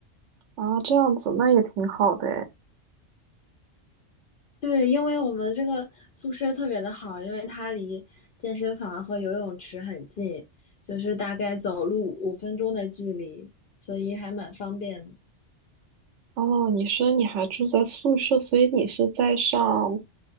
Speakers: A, on the right; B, on the left.
A: 啊，这样子那也挺好的诶。
B: 对，因为我们这个宿舍特别的好，因为它离健身房和游泳池很近，就是大概走路五分钟的距离，所以还蛮方便的
A: 哦，你说你还住在宿舍，所以你是在上